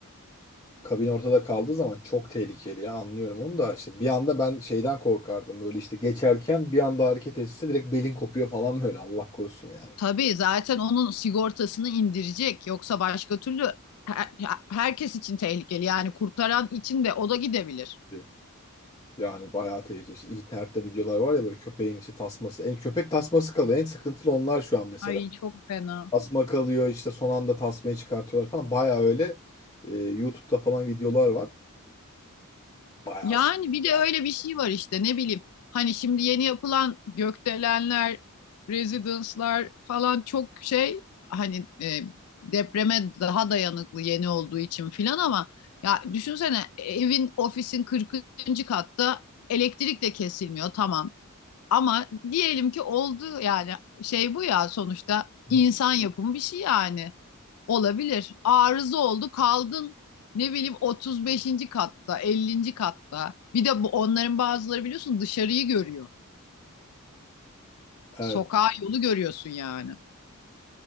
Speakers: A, on the left; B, on the left.
A: kabin ortada kaldığı zaman çok tehlikeli ya anlıyorum onu da işte bir anda ben şeyden korkardım böyle işte geçerken bir anda hareket etse direkt belin kopuyor falan böyle Allah korusun yani.
B: Tabii zaten onun sigortasını indirecek. Yoksa başka türlü her- herkes için tehlikeli. Yani kurtaran için de o da gidebilir.
A: Evet. Yani bayağı tehlikeli. İşte internette videolar var ya böyle köpeğin işte tasması. En köpek tasması kalıyor. En sıkıntılı onlar şu an mesela.
B: Ay çok fena.
A: Tasma kalıyor işte son anda tasmayı çıkartıyorlar falan. Bayağı öyle e, YouTube'da falan videolar var. Bayağı
B: Yani
A: sıkıntı
B: bir
A: ya.
B: de öyle bir şey var işte ne bileyim. Hani şimdi yeni yapılan gökdelenler, residence'lar falan çok şey hani e, depreme daha dayanıklı yeni olduğu için filan ama ya düşünsene evin ofisin 40. katta elektrik de kesilmiyor tamam. Ama diyelim ki oldu yani şey bu ya sonuçta insan
A: Hı.
B: yapımı bir şey yani. Olabilir. Arıza oldu, kaldın ne bileyim 35. katta, 50. katta. Bir de bu onların bazıları biliyorsun dışarıyı görüyor.
A: Evet.
B: Sokağa yolu görüyorsun yani.